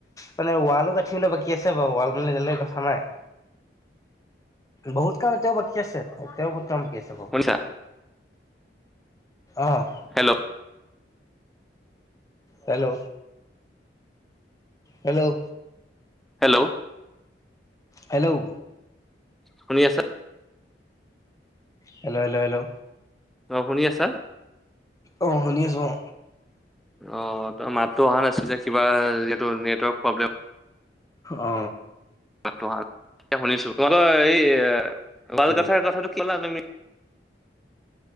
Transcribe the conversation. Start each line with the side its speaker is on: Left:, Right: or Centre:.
Left: মানে ৱালো গাঁঠিবলৈ বাকী ঠিক আছে বাৰু ৱাল মানোলৈ কথা নাই
Centre: উ।
Left: বহুত কাম এতিয়াও বাকী আছে এতিয়াও বহুত কাম বাকী আছে
Centre: শুনিছা?
Left: অ'।
Centre: Hello
Left: hello. Hello.
Centre: Hello.
Left: Hello.
Centre: শুনি আছা?
Left: হেল্ল' হেল্ল' হেল্ল'
Centre: অ শুনি আছা?
Left: অহ শুনিছো অ।
Centre: অ ত মাততো অহা নাছিলে কিবা যিহেটো নেটৱৰ্ক প্ৰব্লেম।
Left: অ।
Centre: তহাল এতিয়া শুনিছো তোমালৰ এই লাল
Left: উম
Centre: কথাৰ কথাটো কলা তুমি?